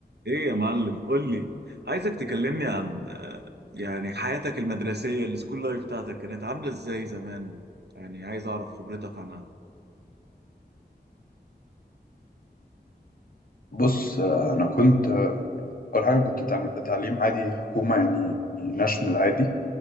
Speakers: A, on the right; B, on the left.
A: ايه يا معلم قول لي عايزك تكلمني عن آه، يعني حياتك المدرسية السكول لايف بتاعتك كانت عاملة ازاي زمان يعني عايز اعرف خبرتك عنها
B: بص آه، انا كنت آه، اول حاجه كنت تعم- تعليم عادي حكومه يعني ناشونال عادي